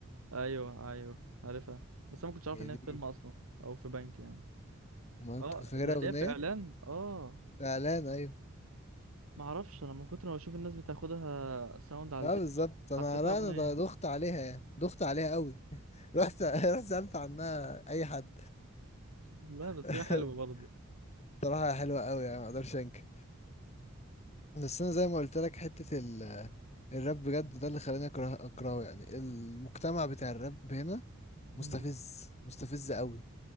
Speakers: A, on the right; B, on the left.
A: ايوه ايوه عارفها بس انا ما كنتش عارف
B: هي
A: ان هي
B: دي
A: في فيلم اصلا او في بنك يعني
B: ما انت
A: اه
B: كنت فاكرها
A: ده ليه
B: اغنية
A: في اعلان اه
B: اعلان ايوه
A: ما اعرفش انا من كتر ما بشوف الناس بتاخدها ساوند على
B: اه
A: التيك
B: بالظبط
A: توك
B: انا
A: حسيتها
B: لا
A: اغنيه
B: انا ض- دخت عليها يعني دخت عليها قوي <laughs> رحت رحت سألت عنها اي حد
A: لا بس
B: <laughs>
A: هي حلوه برضه
B: بصراحة حلوة قوي يعني ما اقدرش انكر بس انا زي ما قلت لك حته ال الراب بجد ده اللي خلاني اكره اكرهه يعني المجتمع بتاع الراب هنا مستفز
A: مم.
B: مستفز قوي